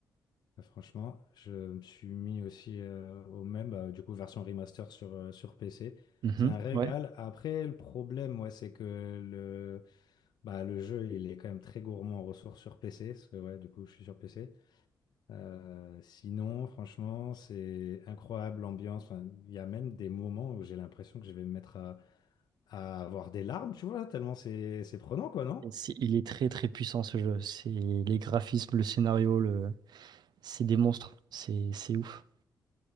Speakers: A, on the left; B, on the right.
A: Euh, Franchement, je me suis mis aussi euh, au même, bah, du coup, version remaster sur, euh, sur PC.
B: Ouais. Mhm.
A: C'est un régal.
B: Ouais.
A: Après, le problème, ouais, c'est que le, bah, le jeu, il est quand même très gourmand en ressources sur PC, parce que, ouais, du coup, je suis sur PC. Euh, sinon, franchement, c'est incroyable l'ambiance. Enfin, il y a même des moments où j'ai l'impression que je vais me mettre à à avoir des larmes, tu vois, tellement c'est c'est prenant, quoi, non?
B: Et c'est- il est très très puissant ce jeu. C'est les graphismes, le scénario, le... c'est des monstres. C'est c'est ouf.